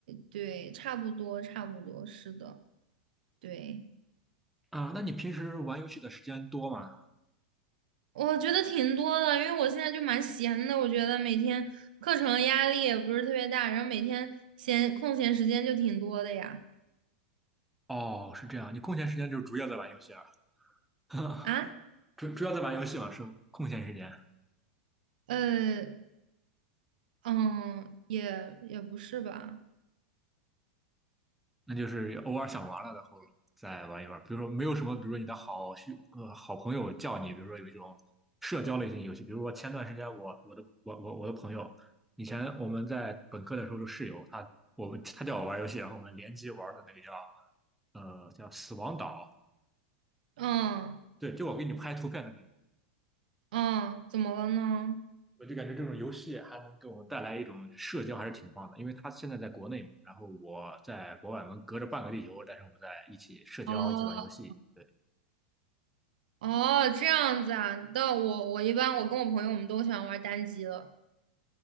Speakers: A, on the right; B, in the centre.
A: 对，差不多，差不多，是的，对，
B: 啊，那你平时玩游戏的时间多吗？
A: 我觉得挺多的，因为我现在就蛮闲的，我觉得每天课程压力也不是特别大，然后每天闲空闲时间就挺多的呀。
B: 哦，是这样，你空闲时间就是主要在玩游戏啊，<laughs>
A: 啊，
B: 主主要在玩游戏嘛，是空闲时间，
A: 呃，嗯，也也不是吧，
B: 那就是偶尔想玩了，然后再玩一玩。比如说没有什么，比如说你的好兄呃好朋友叫你，比如说有一种社交类型游戏，比如说前段时间我我的我我我的朋友，以前我们在本科的时候的室友，他我们他叫我玩游戏，然后我们联机玩的那个叫呃叫死亡岛，
A: 嗯
B: 对，就我给你拍图片那个。
A: 嗯，怎么了呢？
B: 我就感觉这种游戏还能给我们带来一种社交，还是挺棒的。因为他现在在国内嘛，然后我在国外，我们隔着半个地球，但是我们在一起社交，
A: 哦。
B: 一起玩游戏。对
A: 哦，这样子啊，那我我一般我跟我朋友我们都喜欢玩单机了。